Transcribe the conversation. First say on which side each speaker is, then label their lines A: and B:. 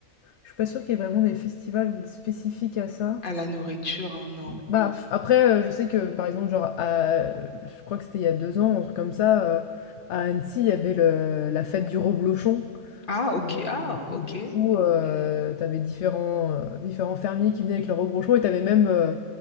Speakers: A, on the left; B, on the left.
A: je suis pas sûre qu'il y ait vraiment des festivals spécifiques à ça.
B: à la nourriture, hein, non.
A: Bah, Mmh. pff, après, heu, je sais que, par exemple, genre, à je crois que c'était il y a 2 ans, un truc comme ça, heu, à Annecy, il y avait le la fête du reblochon.
B: Ah, ok,
A: Et, euh,
B: ah, ok,
A: et du coup, euh,
B: Hmm,
A: tu différents, euh, différents fermiers qui venaient avec leurs reblochons et t'avais même euh,